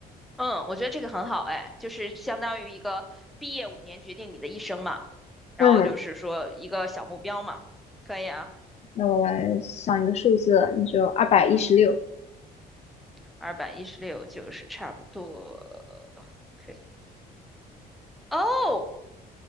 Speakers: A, in the centre; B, on the left (about 40°).
A: 嗯，我觉得这个很好，哎，就是相当于一个毕业五年决定你的一生嘛，然后就是说一个小目标嘛，
B: 嗯，
A: 可以啊，
B: 那我来想一个数字，你就二百一十六，
A: 嗯，二百一十六就是差不多。OK，哦，